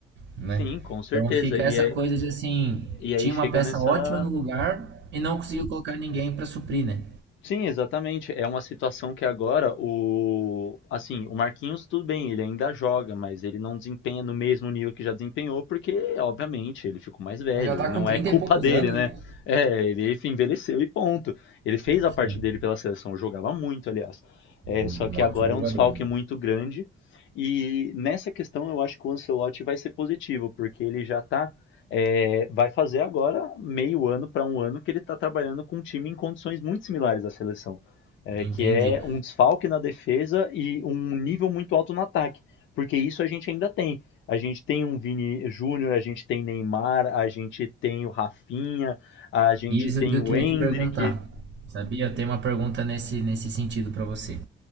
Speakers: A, on the right; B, on the left.
A: né?
B: Sim, com certeza.
A: Então fica
B: E
A: essa
B: é,
A: coisa de assim,
B: E aí
A: tinha
B: chega
A: uma peça
B: nessa.
A: ótima no lugar e não conseguiu colocar ninguém para suprir, né?
B: Sim, exatamente. É uma situação que agora o. Assim, o Marquinhos, tudo bem, ele ainda joga, mas ele não desempenha no mesmo nível que já desempenhou, porque, obviamente, ele ficou mais velho.
A: Ele já tá
B: E não
A: com 30
B: é culpa
A: e poucos
B: dele,
A: anos,
B: né?
A: né?
B: É, ele enfim, envelheceu e ponto. Ele fez a
A: Sim,
B: parte dele pela seleção, jogava muito, aliás. É,
A: um
B: só que
A: ótimo
B: agora
A: jogador.
B: é um desfalque muito grande. E nessa questão eu acho que o Ancelotti vai ser positivo, porque ele já está É, vai fazer agora meio ano para um ano que ele está trabalhando com um time em condições muito similares à seleção, é,
A: Entendi.
B: que é um desfalque na defesa e um nível muito alto no ataque, porque isso a gente ainda tem. A gente tem um Vini Júnior, a gente tem Neymar, a gente tem o Rafinha, a gente
A: Isso
B: tem
A: que eu
B: o
A: queria
B: Hendrick.
A: te perguntar. Sabia? Eu tenho uma pergunta nesse, nesse sentido para você.